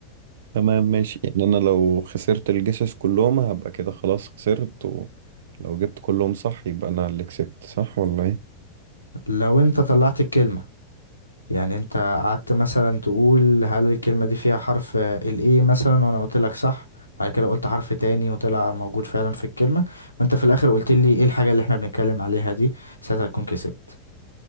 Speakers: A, on the right; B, on the left.
A: تمام ماشي يعني أنا لو خسرت الجسس كلهم هبقى كده خلاص خسرت ولو جبت كلهم صح يبقى أنا اللي كسبت صح ولا إيه؟
B: لو انت طلعت الكلمة يعني انت قعدت مثلا تقول هل الكلمة دي فيها حرف ال A مثلا وانا قلت لك صح بعد كده قلت حرف تاني وطلع موجود فعلا في الكلمة وانت في الاخر قلت لي ايه الحاجة اللي احنا بنتكلم عليها دي ساعتها تكون كسبت